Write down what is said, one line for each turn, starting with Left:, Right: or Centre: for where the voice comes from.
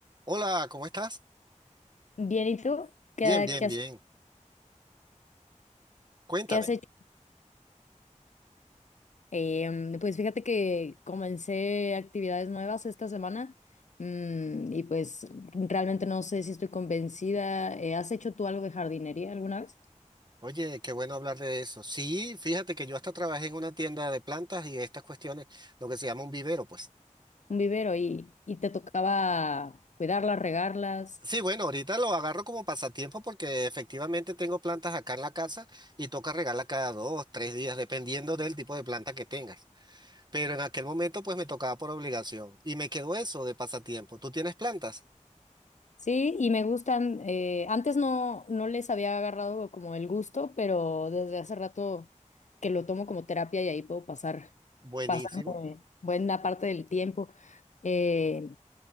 Right: Hola, ¿cómo estás?
Left: Bien, ¿y tú? ¿Qué,
Right: Bien, bien,
Left: qué has,
Right: bien. Cuéntame.
Left: qué has hecho? Em, pues fíjate que comencé actividades nuevas esta semana mm, y pues realmente no sé si estoy convencida. Eh, ¿has hecho tú algo de jardinería alguna vez?
Right: Oye, qué bueno hablar de eso. Sí, fíjate que yo hasta trabajé en una tienda de plantas y estas cuestiones, lo que se llama un vivero, pues.
Left: Un vivero y, y te tocaba cuidarlas, regarlas.
Right: Sí, bueno, ahorita lo agarro como pasatiempo porque efectivamente tengo plantas acá en la casa y toca regarla cada dos, tres días, dependiendo del tipo de planta que tengas. Pero en aquel momento pues me tocaba por obligación y me quedó eso de pasatiempo. ¿Tú tienes plantas?
Left: Sí, y me gustan. eh, antes no, no les había agarrado como el gusto, pero desde hace rato que lo tomo como terapia y ahí puedo pasar,
Right: Buenísimo.
Left: pasarme buena parte del tiempo. Eh,